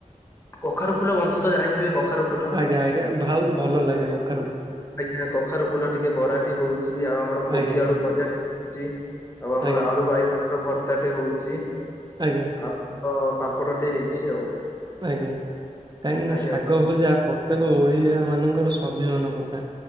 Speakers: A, on the left (about 20°); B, on the right (about 35°).
A: କଖାରୁୁ ଫୁଲ ବନ୍ଧୁ ତ ଜାଣିଥିବେ କଖାରୁ ଫୁ
B: ଆଜ୍ଞା ଆଜ୍ଞା ଭାଉତ ଭଲ ଲାଗେ କଖାରୁ ଫୁଲ।
A: ଆଜ୍ଞା କଖାରୁ ଫୁଲ ଟିକେ ବରାଟି ହଉଛି ଆଉ ଆମର କୋବି
B: ଆଜ୍ଞା
A: ଆଳୁ ଭଜାଟି ହଉଛି ଆଉ ଆମର
B: ଆଜ୍ଞା।
A: ଆଳୁ ବାଇଗଣ ର ଭର୍ତାଟେ ହଉଛି
B: ଆଜ୍ଞା
A: ଆଉ ପ ପାମ୍ପଡ଼ ଟେ ହେଇଛି ଆଉ
B: ଆଜ୍ଞା କାହିଁକି ନା
A: ଆଜ୍ଞା
B: ଶାଗ ଭଜା ପ୍ରତ୍ୟେକ ଓଡିଆ ମାନଙ୍କର ସ୍ୱାଭିମାନ କଥା।